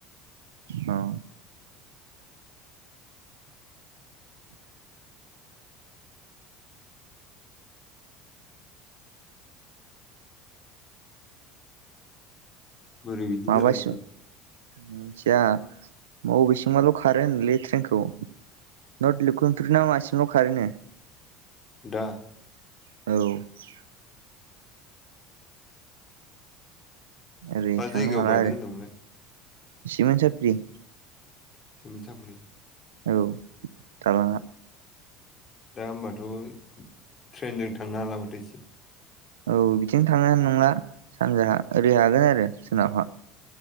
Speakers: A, on the right (about 85°); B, on the left (about 35°).
A: औ
B: बोरै बिदि
A: माबासिम
B: जालायखो?
A: मिथिया बबे सिंबाल' खारो होनलै ट्रेनखौ <unintelligible> मासिमल' खारो नो
B: दा
A: औ ओरै
B: मा
A: थांनो
B: जायगायाव
A: हाला
B: बायदों
A: आरो
B: होनदोंमोनलाय
A: सिमोनसाफ्रि
B: सिमोनसापरि
A: औ दालाङा
B: दा होमबाथ' ट्रेनजों थांनो हाला माथो इथि
A: औ बिथिं थांनो हानाय नंला सानजाहा ओरै हागोन आरो सोनाबहा